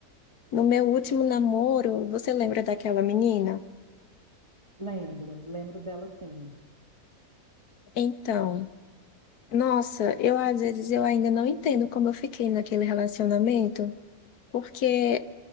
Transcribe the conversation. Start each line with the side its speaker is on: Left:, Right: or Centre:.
Left: No meu último namoro, você lembra daquela menina?
Right: Lembro, lembro dela sim.
Left: Então, nossa, eu às vezes eu ainda não entendo como eu fiquei naquele relacionamento, porque